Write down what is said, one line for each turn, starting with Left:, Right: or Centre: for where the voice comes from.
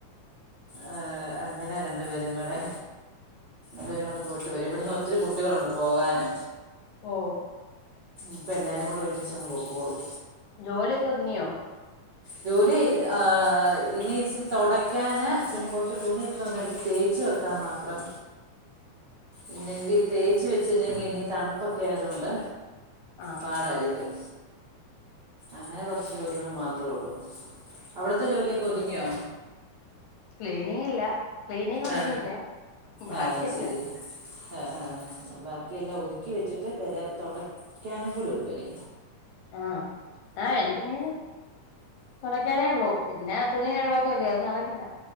Right: ഏ അങ്ങനെ രണ്ടു പേരും കൂടെ ഇവരും കൂടെ പോയിട്ട് വരും ഇവിടുന്ന് ഒത്തിരി കുട്ടികളുണ്ട് പോകാന്.
Left: ഓ.
Right: ഇപ്പം എല്ലാരും കൂടെ ഒരുമിച്ചങ് പൊക്കോളും.
Left: ജോലിയൊക്കെ ഒതുങ്ങിയോ?
Right: ജോലി ആ ഇനി ഇച്ച തൊടക്ക്യാന് പിന്നെ കൊർച്ച് തുണി സൊന്നിട്ത്ത് തേച്ച് വെക്കാ മാത്രം. ഇല്ലെങ്കി തേച്ച്‌ വെച്ചില്ലെങ്കി ഇനി തണുപ്പൊക്കെ ആയതോണ്ട്
Left: ആഹ്
Right: പാടായിരിക്കും
Left: ആഹ്
Right: അങ്ങനെ കൊർച്ച് ജോലികൾ മാ അത്രേള്ളൂ അവിട്ത്തെ ജോലിയൊക്കെ ഒതുങ്ങ്യോ?
Left: ക്ലീനിങ്ങ്ല്ല ക്ലീനിങ് ഒതുങ്ങില്ല
Right: ആ
Left: ബാക്കില്ല
Right: ആ ശരി ആ ആഹ് ബാക്കിയെല്ലാം ഒതുക്കി വെച്ചിട്ട് പെരെ തൊട ക്കാനും കൂടെ ഉള്ളൂ എനി
Left: ആഹ് ആഹ് എന്തെയ്യ്ന്ന്? തുടയ്ക്കാനേ ഉള്ളൂ പിന്നെ തുണി <unintelligible> അത് നടക്കില്ല.